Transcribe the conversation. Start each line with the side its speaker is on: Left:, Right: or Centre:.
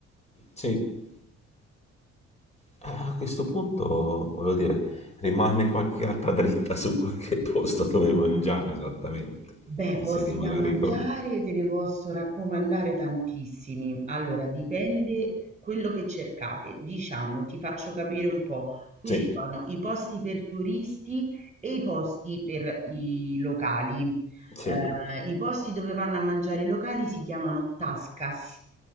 Left: Sì. Eh, a questo punto, voglio dire, rimane qualche altra dritta su qualche posto dove mangiare esattamente.
Right: Beh,
Left: Chissà
Right: posti
Left: che magari...
Right: da mangiare
Left: con-
Right: te ne posso raccomandare tantissimi. Allora, dipende quello che cercate. Diciamo, ti faccio capire un po'. Qui
Left: Sì,
Right: ci sono i posti per turisti e i posti per i locali.
Left: sì,
Right: Eh, i posti dove vanno a mangiare i locali si chiamano tascas